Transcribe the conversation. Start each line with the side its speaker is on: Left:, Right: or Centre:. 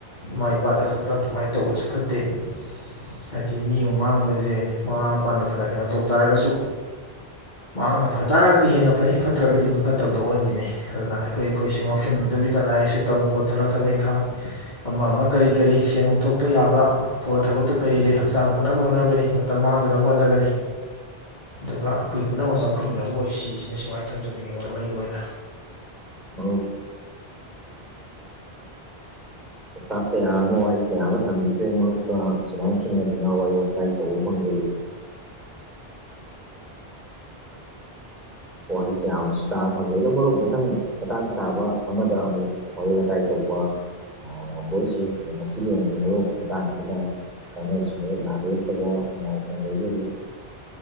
Left: ꯏꯃꯥ ꯏꯄꯥꯗ ꯈꯛꯇ ꯑꯗꯨꯃꯥꯏꯅ ꯇꯧꯕꯁꯨ ꯐꯠꯇꯦ ꯍꯥꯏꯗꯤ ꯃꯤ ꯑꯃ ꯃꯥꯡꯕꯁꯦ ꯃꯃꯥ ꯃꯄꯥꯅ ꯐꯅ ꯀꯩꯅꯣ ꯇꯧꯕ ꯇꯥꯔꯒꯁꯨ ꯃꯍꯥꯛꯅ ꯐ ꯇꯥꯔꯒꯗꯤ ꯍꯦꯟꯅ ꯐꯩ ꯐꯠꯇ꯭ꯔꯒꯗꯤ ꯑꯗꯨꯝ ꯐꯠꯇꯕꯗ ꯑꯣꯟꯈꯤꯅꯤ ꯑꯗꯨꯅ ꯑꯩꯈꯣꯏ ꯑꯩꯈꯣꯏꯁꯨ ꯉꯥꯎꯁꯤꯟꯟꯅꯗꯕ ꯕꯤꯗ ꯂꯥꯏꯔꯤꯥꯏꯁꯨ ꯇꯝ ꯈꯣꯠꯇꯨꯅ ꯊꯕꯛ ꯏꯪꯈꯥꯡ ꯑꯃ ꯑꯃ ꯀꯔꯤ ꯀꯔꯤ ꯁꯦꯟ ꯅꯨꯡ ꯊꯣꯛꯄ ꯌꯥꯕ ꯑꯐꯕ ꯊꯕꯛꯇ ꯀꯔꯤ ꯂꯩ ꯍꯛꯆꯥꯡ ꯐꯅꯕ ꯍꯣꯠꯅꯒꯅꯤ ꯃꯇꯝ ꯃꯥꯡꯗꯅꯕ ꯍꯣꯠꯅꯒꯅꯤ ꯑꯗꯨꯒ ꯑꯩꯈꯣꯏ ꯄꯨꯝꯅꯃꯛ ꯆꯥꯎꯈꯠꯃꯤꯟꯅꯕ ꯑꯣꯏ ꯁꯤꯁꯤꯅ ꯁꯨꯃꯥꯏꯅ ꯊꯝꯖꯅꯤꯡꯉꯤ ꯃꯔꯨꯞ ꯑꯩꯒꯤ ꯑꯣꯏꯅ
Centre: <unintelligible> ꯄꯥꯎꯇꯥꯛ ꯀꯌꯥ ꯑꯃ ꯋꯥꯍꯩ ꯀꯌꯥ ꯑꯃ ꯊꯝꯕꯤꯈꯔꯦ ꯃꯔꯨꯞꯀ ꯁꯨꯃꯥꯏꯅ ꯊꯦꯡꯅꯗꯨꯅ ꯋꯥꯔꯤ ꯋꯥꯇꯥꯏ ꯇꯧꯕ ꯐꯪꯉ <unintelligible> ꯋꯥꯍꯩ ꯀꯌꯥ ꯑꯃꯁꯨ ꯇꯥꯕ ꯐꯪꯖꯩ ꯑꯗꯣ ꯃꯔꯨꯞ ꯃꯊꯪ ꯃꯇꯥꯡ ꯆꯥꯕ ꯑꯃꯗ ꯑꯃꯨꯛ ꯋꯥꯔꯤ ꯋꯥꯇꯥꯏ ꯇꯧꯕ ꯉꯝꯕꯣꯏꯁꯤ ꯉꯁꯤꯒꯤ ꯑꯣꯏꯅꯣꯡꯁꯤ ꯃꯔꯨꯞ ꯃꯇꯥꯡ ꯑꯁꯤꯗ <unintelligible>